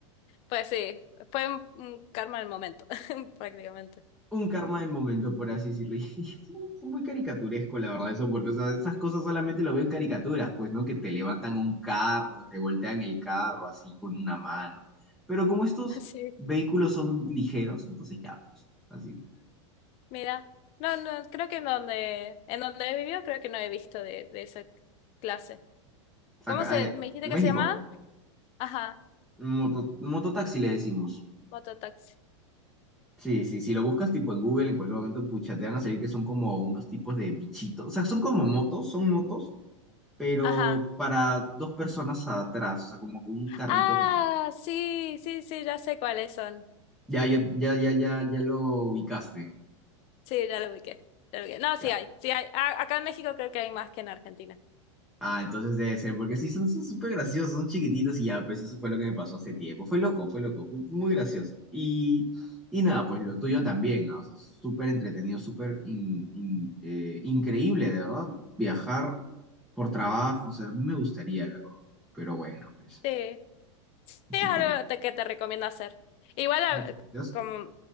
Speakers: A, on the left; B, in the centre.
A: Pues sí, fue un un karma del momento, <laughs> prácticamente.
B: un karma del momento, por así decirlo. <laughs> Y fue, muy fue muy caricaturesco, la verdad, eso, porque o sea, esas cosas solamente lo veo en caricaturas, pues, ¿no? Que te levantan un carro, te voltean el carro así con una mano. Pero como estos
A: Sí.
B: vehículos son ligeros, entonces ya, pues, así.
A: Mira, no, no, creo que en donde, en donde he vivido creo que no he visto de, de esa clase. ¿Cómo
B: Acá,
A: se,
B: eh,
A: me dijiste
B: en
A: que
B: México,
A: se llamaba? Ajá,
B: moto- mototaxi le decimos.
A: mototaxi.
B: Sí, sí, si lo buscas tipo en Google, en cualquier momento, pucha, te van a salir que son como unos tipos de bichitos. O sea, son como motos, son motos, pero
A: Ajá.
B: para dos personas atrás, o sea, como que un carrito
A: Ah,
B: pequeño.
A: sí, sí, sí, ya sé cuáles son.
B: Ya, ya, ya, ya, ya, ya lo ubicaste.
A: Sí, ya lo ubiqué. ya lo ubiqué. No, sí
B: Ya.
A: hay, sí hay. A- acá en México creo que hay más que en Argentina.
B: Ah, entonces debe ser, porque sí, son son súper graciosos, son chiquititos y ya, pues eso fue lo que me pasó hace tiempo. Fue loco, fue loco, fue muy gracioso. Y, y nada, pues lo tuyo también, ah, o sea, súper entretenido, súper in- in- eh, increíble, de verdad, viajar por trabajo, o sea, a mí me gustaría, la verdad. Pero bueno, pues,
A: Sí. Sí,
B: así
A: es algo
B: que nada.
A: te- que te recomiendo hacer. Igual, a-
B: Muchas gracias.
A: como,